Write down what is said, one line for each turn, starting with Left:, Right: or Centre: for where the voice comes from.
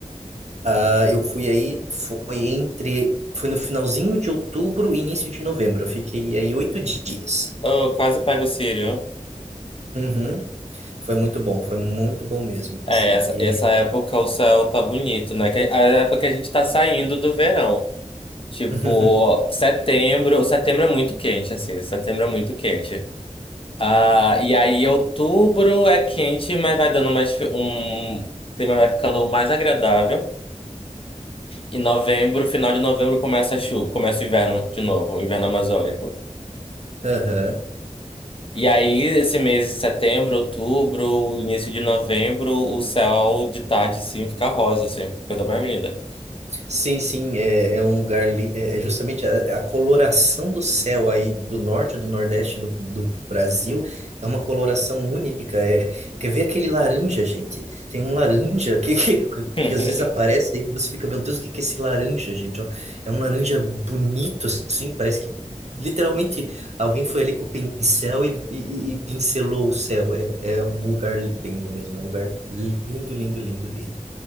Right: Ah, eu fui aí, foi entre, foi no finalzinho de outubro e início de novembro. Eu fiquei aí oito dias.
Left: Eu quase pego o Círio.
Right: Uhum. Foi muito bom, foi muito bom mesmo,
Left: É,
Right: assim.
Left: essa,
Right: E,
Left: essa época o céu tá bonito, né? Que é a época que a gente tá saindo do verão. Tipo,
Right: <laughs>
Left: setembro. Setembro é muito quente, assim. Setembro é muito quente. Ah, e aí outubro é quente, mas vai dando mais fi- um o clima vai ficando mais agradável. E novembro, final de novembro começa a chuva, começa o inverno de novo, o inverno amazônico.
Right: Aham.
Left: E aí esse mês de setembro, outubro, início de novembro, o céu de tarde sim fica rosa assim, coisa mais linda.
Right: Sim, sim, é, é um lugar, li- é é justamente a, a coloração do céu aí do norte, do nordeste do, do Brasil, é uma coloração única, é, quer ver aquele laranja, gente? Tem um laranja que, <laughs> que,
Left: <laughs>
Right: que às vezes aparece aí que você fica, meu Deus, o que que é esse laranja, gente? Ó, É um laranja bonito, assim, parece que literalmente alguém foi ali com o pincel e, e, e pincelou o céu, é, é um lugar lindo mesmo, é um lugar lindo, lindo, lindo, lindo.